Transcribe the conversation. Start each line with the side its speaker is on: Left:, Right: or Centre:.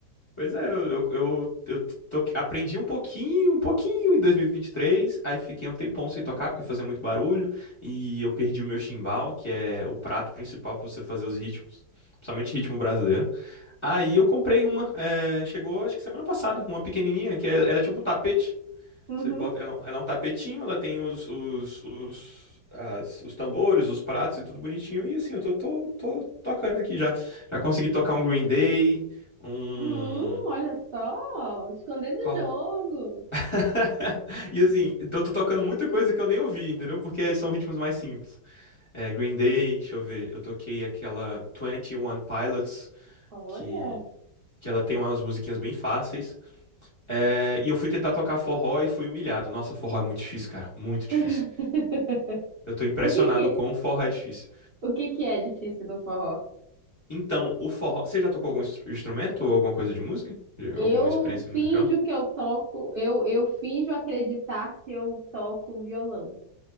Left: Pois é, eu, eu, eu, eu toque- aprendi um pouquinho, um pouquinho em dois mil e e vinte e três aí fiquei um tempão sem tocar porque fazia muito barulho e eu perdi o meu chimbal, que é o prato principal pra você fazer os ritmos, principalmente ritmo brasileiro. Aí eu comprei uma, é, chegou acho que semana passada, uma pequenininha, que é, ela é tipo um tapete.
Right: Uhum.
Left: Você bota, ela, ela é um tapetinho, ela tem os, os, os, as- os tambores, os pratos e tudo bonitinho. E assim, eu tô, tô, tô tocando aqui já. Já consegui tocar um Green Day. Um.
Right: Hum, olha só, escondendo
Left: Qual?
Right: o jogo.
Left: <laughs> E assim, então eu tô tocando muita coisa que eu nem ouvi, entendeu? Porque são ritmos mais simples. É, Green Day, deixa eu ver. Eu toquei aquela Twenty One Pilots,
Right: Olha.
Left: que, que ela tem umas musiquinhas bem fáceis. É, e eu fui tentar tocar forró e fui humilhado. Nossa, forró é muito difícil, cara. Muito difícil.
Right: <laughs>
Left: Eu tô impressionado
Right: O que que,
Left: com o forró é difícil.
Right: o que que é difícil no forró?
Left: Então, o forró. Você já tocou algum instru- instrumento ou alguma coisa de música? De-
Right: Eu
Left: Alguma experiência
Right: finjo
Left: musical?
Right: que eu toco, eu, eu finjo acreditar que eu toco violão.